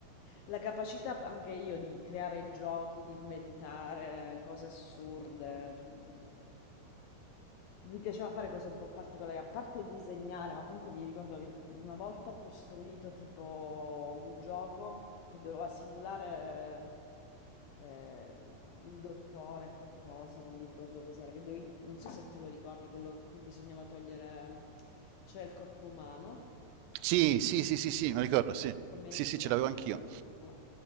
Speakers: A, on the left (about 75°); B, on the right (about 85°).
A: la capacità anche io di creare giochi, di inventare cose assurde. mm. Mi piaceva fare cose un po' particolari, a parte disegnare, ma comunque mi ricordo che una volta ho costruito tipo un gioco che doveva simulare eh, il dottore, qualcosa, non mi ricordo cos'era, che dovevi, non so se te lo ricordi, quello a cui bisognava togliere, c'era il corpo umano
B: Sì, sì, sì, sì, sì, mi ricordo, sì.
A: come
B: Sì,
A: si
B: sì,
A: chiama
B: ce l'avevo anch'io.
A: quello? Ah.